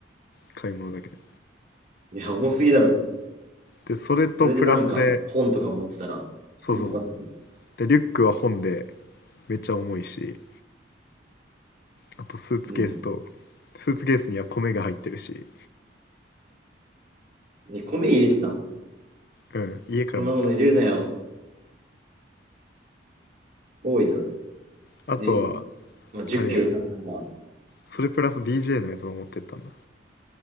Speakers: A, on the left; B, on the right.
A: 買い物だけで
B: いや、重すぎだろ。
A: でそれとプラスで
B: それでなんか、本とか持ってたら、
A: そうそうそう。
B: いいねやばすぎる
A: で、リュックは本でめっちゃ重いし、あとスーツケースと、
B: うん、うん。
A: スーツケースには米が入ってるし、
B: え、米入れてたん
A: うん、家から持ってっ
B: そんなもの入れるなよ。多いな。
A: た。あとは、
B: で、まあ、10キロになったのが、
A: あれや、それプラス DJ のやつも持ってったんだ。